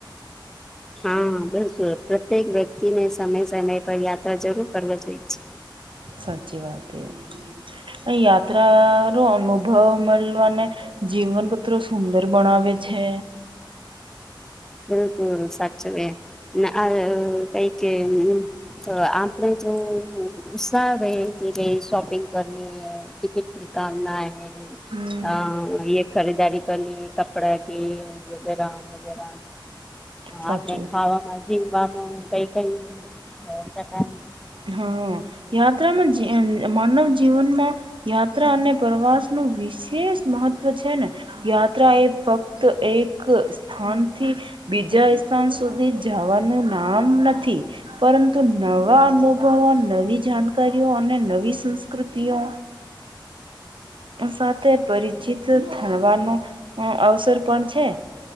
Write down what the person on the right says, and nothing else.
સાચી વાત એ અ યાત્રા નો અનુભવ મલવા અને જીવન કટરો સુંદર બણાવે છે
હમ
સાચું
હા યાત્રામાં જી માનવ જીવનમાં યાત્રા અને પ્રવાસ નું વિશેષ મહત્વ છે ને યાત્રા એ ફક્ત એક સ્થાનથી બીજા સ્થાન સુધી જાવાનું નામ નથી પરંતુ નવા મુ ભવ નવી જાણકારીઓ અને નવી સંસ્કૃતિઓ સાથે પરિચિત થવાનો અવસર પણ છે.